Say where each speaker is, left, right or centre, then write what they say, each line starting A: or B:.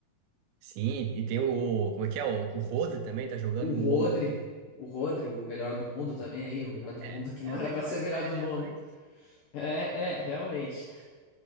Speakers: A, on the right; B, on the left.
A: Sim, e tem o. Como é que é? O, o Rodri também tá jogando
B: O Rodri.
A: em um bom nível.
B: O Rodri, o melhor do mundo também aí, o melhor do
A: É,
B: mundo que não
A: é
B: era
A: o melhor,
B: pra ser melhor
A: não é,
B: do
A: né?
B: mundo.
A: Mas.
B: É, é, realmente.